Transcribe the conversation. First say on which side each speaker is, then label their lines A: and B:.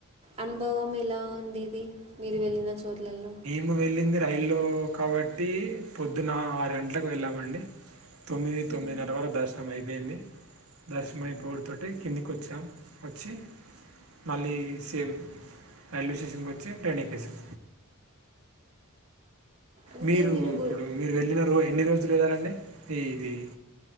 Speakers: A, on the right; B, on the right.
A: అనుభవం ఎలా ఉండేది మీరు వెళ్ళిన చోట్లల్లో
B: మేం వెళ్ళింది రైల్లో కాబట్టి పొద్దున ఆరు గంటలకు వెళ్ళామండి తొమ్మిది తొమ్మిదిన్నర
A: మ్మ్
B: వరకు దర్శనం అయిపోయింది దర్శనం అయిపోవుడుతోటే కిందికి వచ్చాం వచ్చి మళ్ళీ సేమ్ రైల్వే స్టేషన్కి వచ్చి ట్రైన్ ఎక్కేసాం
A: అంటే
B: మీరు ఇప్పుడు
A: గు
B: మీరు వెళ్ళిన రో ఎన్ని రోజులు వెలారండి ఇది